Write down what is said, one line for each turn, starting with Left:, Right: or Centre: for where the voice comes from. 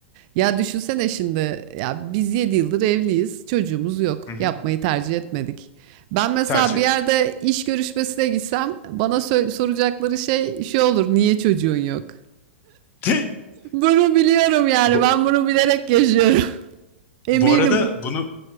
Right: Ya düşünsene şimdi ya biz 7 yıldır evliyiz. Çocuğumuz yok.
Left: Hı hı.
Right: Yapmayı tercih etmedik. Ben mesela
Left: Tercih.
Right: bir yerde iş görüşmesine gitsem bana sö- soracakları şey şu olur. Niye çocuğun yok?
Left: De-
Right: Bunu biliyorum yani.
Left: <laughs> bu,
Right: Ben bunu bilerek yaşıyorum. <laughs> Eminim.
Left: bu arada bunu